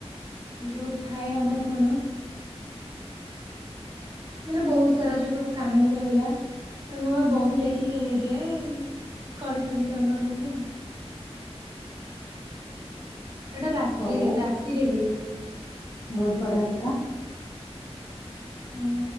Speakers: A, on the right (about 40°); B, on the left (about 35°).
A: ଯୋଉ ଥାଏ ଆମର କଣ ମାନେ ବହୁତ ସାରା ଯୋଉ ସବୁ କାହାଣୀ ରହିଲା ବା ନୂଆ ବହି ଲେଖିକି ନିଜେ କରିଥାନ୍ତି ଦଣ୍ଡନୃତ୍ୟ ଆଉ। ଏଇଟା ରାତ୍ରିରେ
B: ହଉ
A: ରାତିରେ ହେଇଥାଏ।
B: ବହୁତ ବଢିଆ କଥା।
A: ହୁଁ।